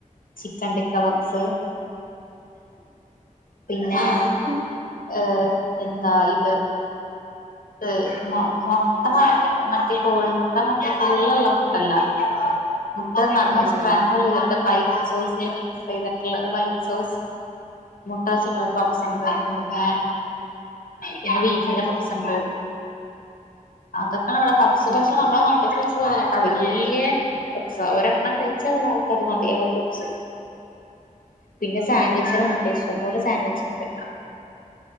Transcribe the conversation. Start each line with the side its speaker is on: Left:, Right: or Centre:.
Left: chicken tikka puffs പിന്നെ
Right: ആഹ്
Left: ഏഹ് എന്താ ഇത്. ത് മൊട്ട മറ്റേ കോഴിമൊട്ട മറ്റേ ഫുള്ള്ള്ള മൊട്ടല്ല. മുട്ട നന്നായി
Right: ആഹ്
Left: സ്ക്രാബിൾ യ്തിട്ട് വൈറ്റ് സോസ് മിക്സ് യ്ത്ട്ട്ള്ള ഒരു വൈറ്റ് സോസ് മുട്ട വെച്ചിട്ടുള്ളൊരു പപ്സ് ണ്ട് പിന്നെ പിന്നെ ബീഫിന്റെ പപ്സ് ണ്ട്. അതൊക്കെ ഇവടെ പപ്സ്
Right: ഓക്കെ
Left: പക്ഷെ നമ്മടെ നാട്ട് നാട്ടിലത്തെ പപ്സ് പോലല്ലട്ടാ വെല്ല്യ പപ്സ ഒരെണ്ണം കയ്ചാ ഒരാൾക്ക് അത് മതി ആവും ആ ഒരു പപ്സ്. പിന്നെ സാൻവിച്ചറാണ് പ്പോ ഇഷ്ടംപോലെ സാൻവിച്ച് ണ്ട്.